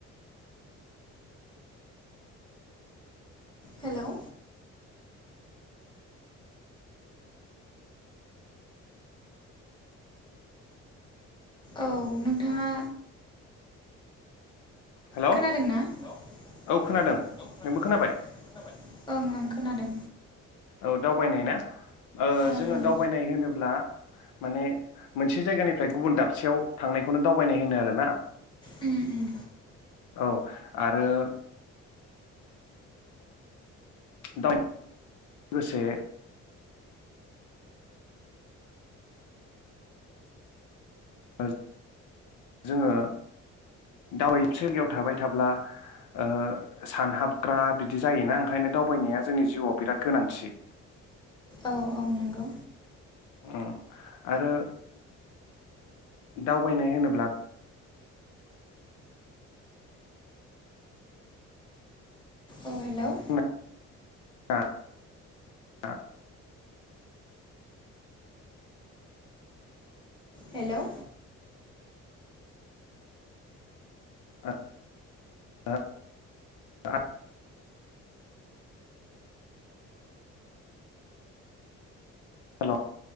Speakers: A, on the left; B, on the left.
A: हेल'! औ नोंथाङा
B: हेलौ
A: खोनादों ना? औ
B: खोनादों
A: खोनादों।
B: नोंबो खोनाबाय
A: खोनाबाय? ओं ओं खोनादों।
B: औ दावबायनाय ना ओ
A: ओं
B: जोङो
A: ओं
B: दावबायनाय होनोब्ला माने मोनसे जायगानिफ्राय गुबुन दाबसेयाव थांनायखौनो दावबायनाय होनो आरो ना।
A: उम उम
B: औ आरो <unintelligible> ओ जोङो दावबायथिलियाव थाबाय थाब्ला। ओ सानहाबग्रा बिदि जायोना ओंखायनो दावबायनाया जोंनि जिउआव बिराद गोनांथि।
A: औ औ नंगौ।
B: ओम आरो दावबायनाय होनोब्ला
A: औ हेल'!
B: <unintelligible>
A: हेल'!
B: <unintelligible> हेल'